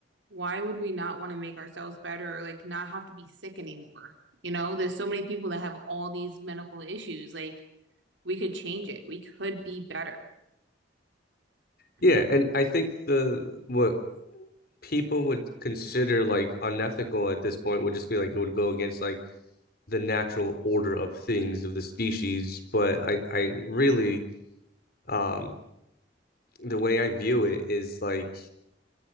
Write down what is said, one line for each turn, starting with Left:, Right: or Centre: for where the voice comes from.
Right: why would we not want to make ourselves better or like not have to be sick anymore? You know, there's so many people that have all these medical issues. Like, we could change it. We could be better
Left: Yeah,
Right: and
Left: and I think the what people would consider like unethical at this point would just be like it would go against like the natural order of things of the species. But I, I really, um, the way I view it is like